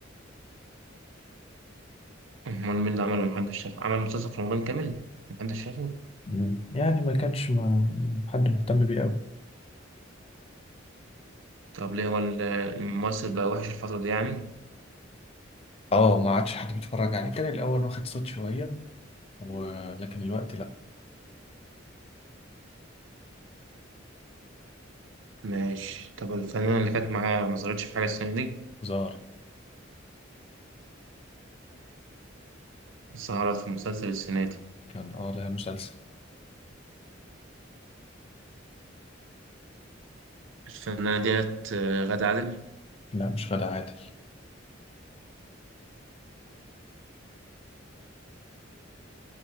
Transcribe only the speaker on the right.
امال مين اللي عمله محدش شافه عمل مسلسل في رمضان كامل محدش شافه
طب ليه هو ال- الممثل بقى وحش الفترة دي يعني
ماشي طب الفنانة اللي كانت معاه ما ظهرتش في حاجة السنة دي
ظهرت في مسلسل السنة دي
الفنانة ديت آه، غادة عادل